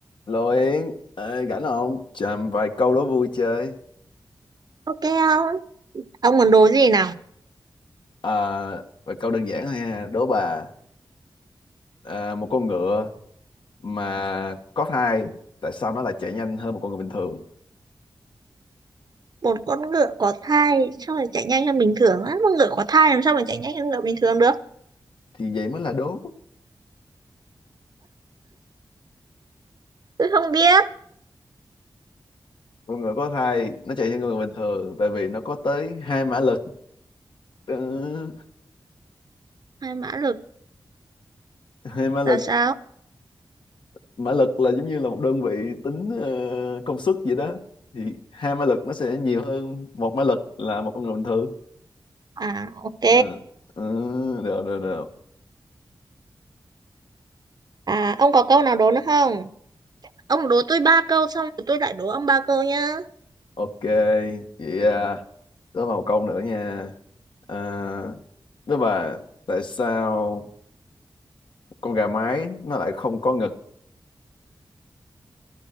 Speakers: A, on the left; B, on the right.
A: Lô Yến, ê, rảnh không? Chờ vài câu đố vui chơi.
B: Ok không? Ông muốn đố gì nào?
A: À, vài câu đơn giản thôi ha. Đố bà, à, một con ngựa mà có thai, tại sao nó lại chạy nhanh hơn một con ngựa bình thường?
B: Một con ngựa có thai sao mà chạy nhanh hơn bình thường á? Con ngựa có thai làm sao mà chạy nhanh hơn ngựa bình thường được?
A: Thì vậy mới là đố.
B: Tôi không biết.
A: Con ngựa có thai, nó chạy nhanh hơn người bình thường, tại vì nó có tới hai mã lực. Ừ,
B: Hai mã lực
A: hai mã lực,
B: là sao?
A: mã lực là giống như là một đơn vị tính ờ, công suất vậy đó. Thì hai mã lực nó sẽ nhiều hơn một mã lực là một con người bình thường.
B: À ok.
A: Ừ, ừ, được, được, được.
B: À ông có câu nào đố nữa không? Ông đố tôi ba câu xong rồi tôi lại đố ông ba câu nhá.
A: Ok, vậy à, đó vào một câu nữa nha. À, đó là tại sao con gà mái nó lại không có ngực?